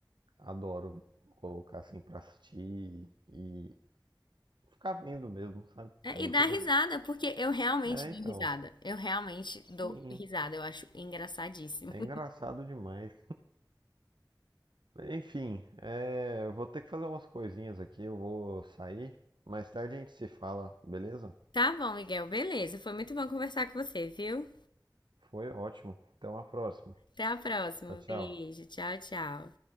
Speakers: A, on the right; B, on the left.
A: Adoro colocar assim pra assistir e, e ficar vendo mesmo, sabe?
B: É,
A: É muito
B: e dá
A: legal.
B: risada, porque eu realmente
A: É,
B: dou
A: então,
B: risada. Eu realmente
A: sim,
B: dou risada, eu acho engraçadíssimo.
A: é
B: <laughs>
A: engraçado demais. Enfim, é, eu vou ter que fazer umas coisinhas aqui, eu vou sair. Mais tarde a gente se fala, beleza?
B: Tá bom, Miguel, beleza. Foi muito bom conversar com você, viu?
A: Foi ótimo. Até uma próxima.
B: Até a próxima.
A: Tchau, tchau.
B: Beijo, tchau, tchau.